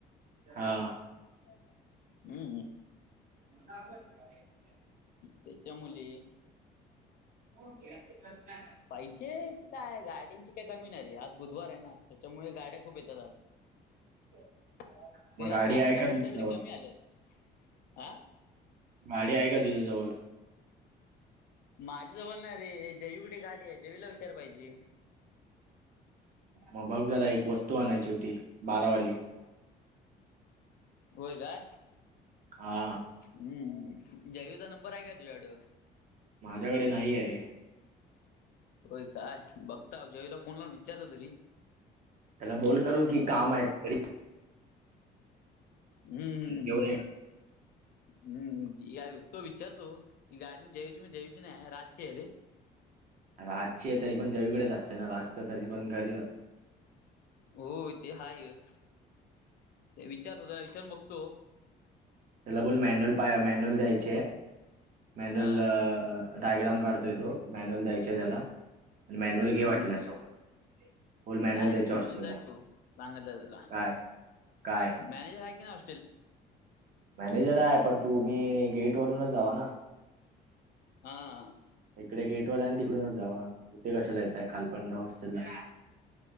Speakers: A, on the right; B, on the left.
A: हा.
B: हम्म हम्म.
A: मोठा आंब <unintelligible>
B: त्याच्या मुले.
A: हे असं कत नाय
B: पैसे काय गाड्यांंची काय कमी नाही रे आज बुधवार आहे ना त्याच्यामुळे गाड्या खूप येतात आज.
A: <inaudible>
B: तरी
A: मग
B: आज
A: गाडी
B: मागच्या
A: आहे का
B: पेक्षा
A: तुझ्या
B: तरी
A: जवळ?
B: कमी आलेत आ.
A: गाडी आहे का तुझ्याजवल?
B: माझ्या जवळ नाही रे जयू कडे गाडी आहे जयूला विचाराय पाहिजे.
A: मग बघ जरा एक वस्तू आणायची होती बारावाली.
B: होय काय?
A: हा.
B: हम्म जयूचा नंबर आहे काय तुझ्याकड?
A: माझ्याकडे नाहीये रे.
B: होय काय बघताव जयूला फोन लावून विचारतो तरी.
A: त्याला बोल करून की काम आहे काहितरी.
B: हम्म
A: का? घेऊन ये
B: हम्म टिकत बघतो विचारतो. ती गाडी मग जयूची म्हणजे जयूची नाही राजची आहे रे.
A: राजची आहे तरी पण जयूकडेच असते ना राज तर तरी पण घरीच असतो.
B: हो ते हायच नाई विचारतो त्याला विचारून बघतो.
A: त्याला बोल मॅन्युअल पा मॅन्युअल द्यायचीय मॅन्युअल
B: हा
A: अ डायग्राम काढतोय तो मॅन्युअल द्यायचा आहे त्याला आणि मॅन्युअल
B: हम्म
A: घे वाटल्यास सोबत. बोल मॅन्युअल
B: जाईल
A: द्यायचे
B: समजून
A: हॉस्टेलला
B: जाईल तो सांगतल्यावर त्याला
A: काय काय
B: मॅनेजर आहे की नाय आ
A: मॅनेजर आहे पर तु मी गेट वरूनच जावा ना.
B: हां.
A: इकडे गेट वर आहे आणि तिकडूनच जावा तिथे कशाला येताय खालपणड हॉस्टेलला.